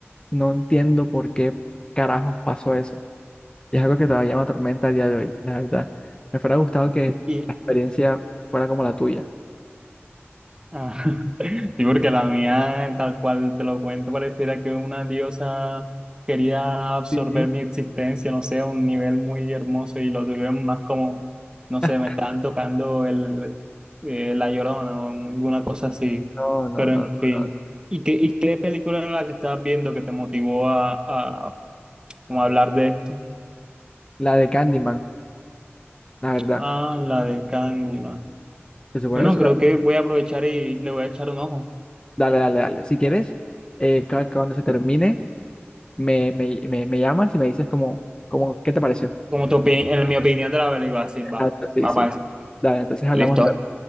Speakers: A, on the left (about 20°); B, on the right (about 20°).
A: no entiendo por qué carajos pasó eso. Y es algo que todavía me atormenta a día de hoy, la verdad. Me fuera gustado que
B: Y,
A: la experiencia fuera como la tuya.
B: ah, <laughs> sí, porque la mía, tal cual te lo cuento, pareciera que una diosa quería absorber
A: Sí.
B: mi existencia, no sé, a un nivel muy hermoso y lo tuve más como, no
A: <laughs>
B: sé, me estaban tocando el, eh, La Llorona o alguna cosa así.
A: No, no,
B: Pero
A: no,
B: en fin.
A: no, no.
B: ¿Y qué, y qué película era la que estabas viendo que te motivó a, a, como a hablar de esto?
A: La de Candyman, la verdad.
B: Ah, la de Candyman.
A: Se supone
B: Bueno,
A: que eso
B: creo que voy a aprovechar y le voy a echar un ojo.
A: Dale, dale, dale. Si quieres, eh, cu- cuando se termine, me, me, me, me llamas y me dices como, como, ¿qué te pareció?
B: Como tu opini- en mi opinión de la película, sí,
A: Exacto,
B: va,
A: sí,
B: va
A: sí.
B: para eso.
A: Dale, entonces hablamos
B: Listo.
A: luego.